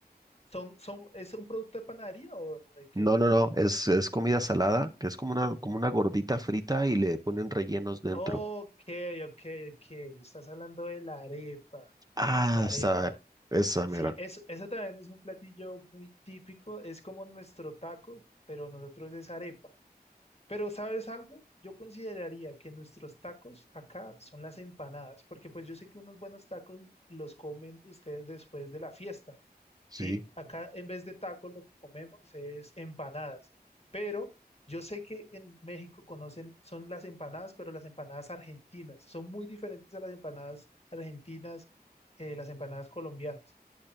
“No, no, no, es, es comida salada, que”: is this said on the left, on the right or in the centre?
Right